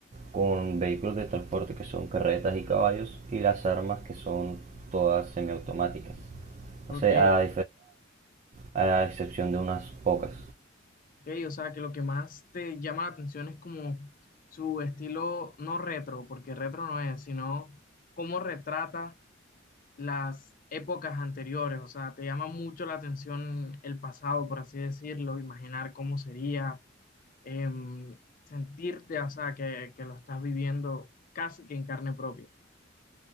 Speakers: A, on the right; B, on the left.
A: con vehículos de transporte que son carretas y caballos y las armas que son todas semiautomáticas.
B: ok,
A: O sea, a, a- a excepción de unas pocas.
B: Ok, o sea, que lo que más te llama la atención es como su estilo, no retro, porque retro no es, sino cómo retrata las épocas anteriores. O sea, te llama mucho la atención el pasado, por así decirlo, imaginar cómo sería, em, sentirte, o sea, que, que lo estás viviendo casi que en carne propia.